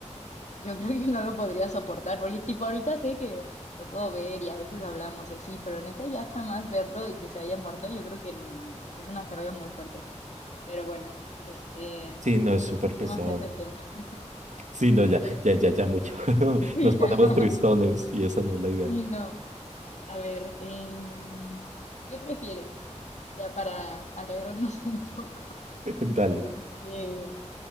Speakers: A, on the left (about 70°); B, on the right (about 75°).
A: yo <laughs> creo que no lo podría soportar, porque tipo ahorita sé que lo puedo ver y a veces hablamos y así, pero neta ya jamás verlo y que se haya muerto, yo creo que n- es una carga muy fuerte. Pero bueno, este,
B: Sí, no, es súper
A: dejemos
B: pesado.
A: ese tema. <laughs>
B: Sí, no, ya, ya, ya, ya mucho. <laughs>
A: Y
B: Nos ponemos
A: ya,
B: tristones y esa no es la idea.
A: sí, no. A ver, em, ¿qué prefieres? Ya para alegrarnos <laughs> un poco.
B: <laughs> Dale.
A: Este,